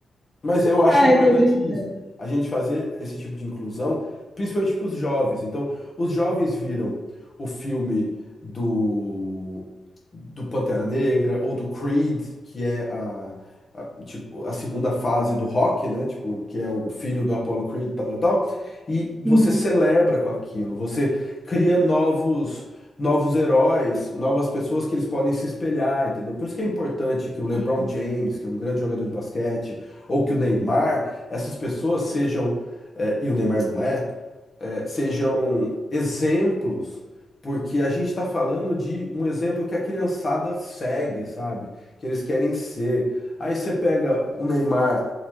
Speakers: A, on the left; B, on the right.
A: Mas eu acho
B: Ah,
A: importante
B: eu tô brincando.
A: isso, a gente fazer esse tipo de inclusão, principalmente para os jovens. Então, os jovens viram o filme do, do Pantera Negra ou do Creed, que é a, a, tipo, a segunda fase do rock, né? Tipo, que é o filho do Apollo Creed, tal, tal, tal. E você
B: Uhum.
A: celebra com aquilo, você cria novos. Novos heróis, novas pessoas que eles podem se espelhar, entendeu? Por isso que é importante que o LeBron
B: Sim.
A: James, que é um grande jogador de basquete, ou que o Neymar, essas pessoas sejam, eh, e o Neymar não é, eh, sejam exemplos, porque a gente está falando de um exemplo que a criançada segue, sabe? Que eles querem ser. Aí você pega o Neymar,